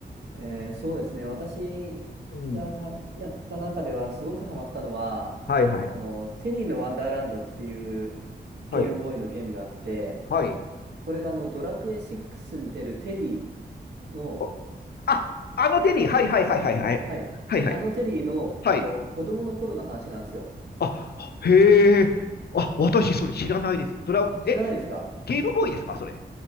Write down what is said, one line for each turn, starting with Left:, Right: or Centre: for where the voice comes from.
Right: えーそうですね。私がた、
Left: うん。
Right: やった中では、すごくハマったのは、
Left: はいはい。
Right: あの、テリーのワンダーランドっていうゲームボーイのゲームがあって、
Left: はい。はい。
Right: これがあの、ドラクエ6に出るテリーの、
Left: おあ、あのテリー。はいはいはいはいはい。
Right: はい、
Left: はいはい。
Right: あのテリーの、
Left: はい。
Right: お、子供の頃の話なんですよ。
Left: あ、へえ。あ、私それ知らないです。ドラ、
Right: あ、知らないですか
Left: え、ゲームボーイですかそれ。